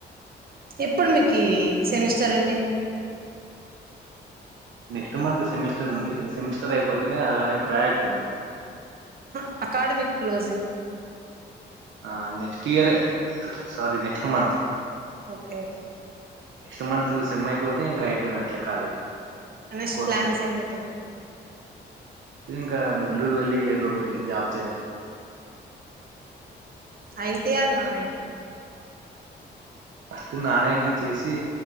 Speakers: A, on the right; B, on the right.
A: ఎప్పుడు మీకు ఈ semester ending
B: next month semester ఉంది సెమిస్టర్ అయిపోతేనే అలానే ప్రాయాక్ట్ ఉంది
A: ఆహా అకాడమిక్ క్లోజింగ్
B: ఆ next year sorry next month
A: okay okay
B: next month sem అయిపోతే ఇంకా అయిపోయి నట్లే కాలేజ్
A: నెక్స్ట్
B: కోర్స్
A: ప్లాన్స్
B: అయిపోయినట్లే
A: ఏంటి
B: ఇంకా బెంగళూరు వెళ్ళి ఏదో ఒకటి జాబ్ చేయాలి
A: I T or non IT
B: first non IT చేసి